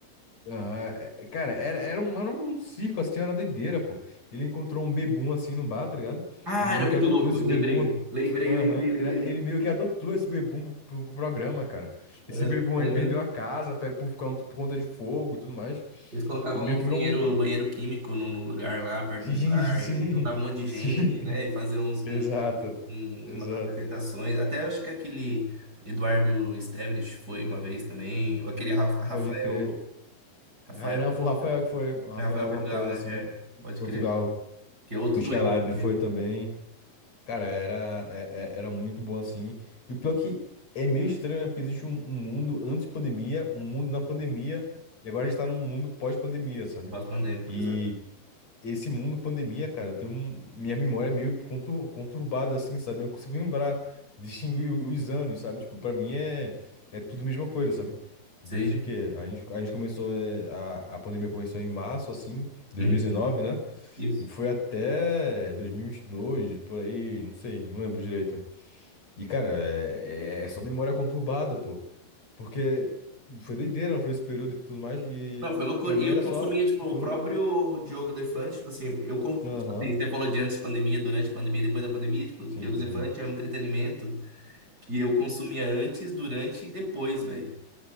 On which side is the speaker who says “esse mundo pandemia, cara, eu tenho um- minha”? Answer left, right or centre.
Left